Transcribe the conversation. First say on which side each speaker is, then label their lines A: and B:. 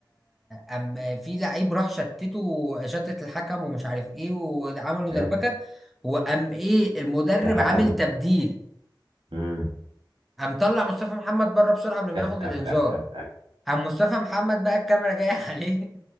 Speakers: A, in the centre; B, on the right.
A: أم في لعيب راح شتته شتت الحكم ومش عارف ايه وعملوا دربكه
B: ايوه
A: وقام ايه المدرب
B: الحكم
A: عامل تبديل
B: مم.
A: قام طلع مصطفى محمد بره بسرعه قبل ما
B: <laughs>
A: ياخد الانذار قام مصطفى محمد بقى الكاميرا جايه <laughs> عليه